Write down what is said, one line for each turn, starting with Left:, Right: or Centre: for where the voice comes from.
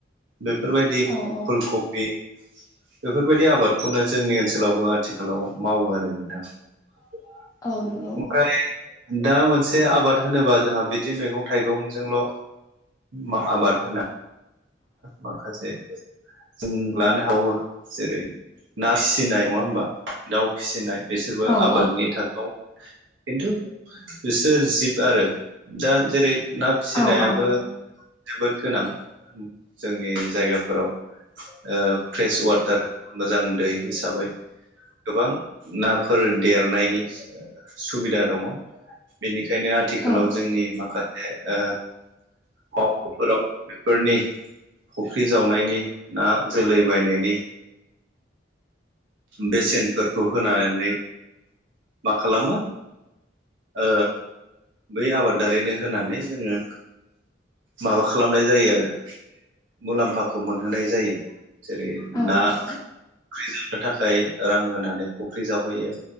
Right: बेफोरबायदि
Left: औ औ
Right: फुल कफि बेफोरबायदि आबादखौनो जोंनि ओनसोलावबो आथिखालाव मावो आरो नोंथां। <unintelligible>
Left: औ नंगौ
Right: ओमफ्राय दा मोनसे आबाद होनोबा जोंहा बिदि मैगं थाइगंजोंल' मा आबाद होना माखासे जों लानो हाबावो जेरै ना फिसिनाय नङा होमबा दाउ फिसिनाय बिसोरबो
Left: औ
Right: आबादनि
Left: औ
Right: थाखोआव खिन्थु बिसोर जिब आरो दा जेरै ना फिसिनायाबो
Left: औ औ नंगौ
Right: जोबोद गोनां। जोंनि जायगाफोराव ओ फ्रेस वा टार मोजां दै हिसाबै गोबां नाफोर देरनायनि सुबिदा दङ बेनिखायनो आथिखालाव
Left: औ
Right: जोंनि माखासे ओ मावखुफोराव बेफोरनि थि फुख्रि जावनायनि ना जोलै बायनायनि बेसेनफोरखौ होनानै मा खालामो ओ बै आबादारिनो होनानै जोङो माबा खालामनाय जायो आरो मुलाम्फाखौ मोनहोनाय जायो। जेरै
Left: औ
Right: ना
Left: नंगौ
Right: फुख्रि जावनो थाखाय रां होनानै फुख्रि जावहोयो।